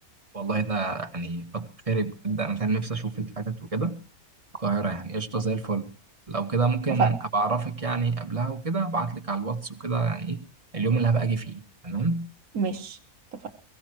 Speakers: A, on the right; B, on the right.
A: والله ده يعني كتر خيرك بجد انا كان نفسي اشوف الحتت وكده القاهره يعني قشطه زي الفل لو كده ممكن
B: اتفقنا
A: ابقى اعرفك يعني قبلها وكده ابعت لك على الواتس وكده يعني ايه اليوم اللي هبقى اجي فيه تمام
B: ماشي اتفقنا